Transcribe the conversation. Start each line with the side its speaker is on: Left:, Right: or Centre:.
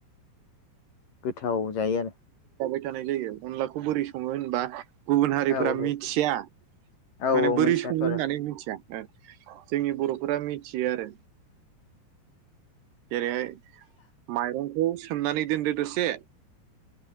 Left: गोथाव जायो आरो।
Right: जानाय जायो अनलाखौ बोरै सङो होनबा गुबुन हारिफोरा
Left: आरो औ
Right: मिथिया
Left: औ
Right: माने
Left: औ
Right: बोरै
Left: मिथियाथ'
Right: सङो
Left: आरो
Right: होननानै
Left: औ
Right: मिथिया। ओ जोंनि बर'फोरा मिथियो आरो। जेरैहाय माइरंखौ सो सोमनानै दोनदो दसे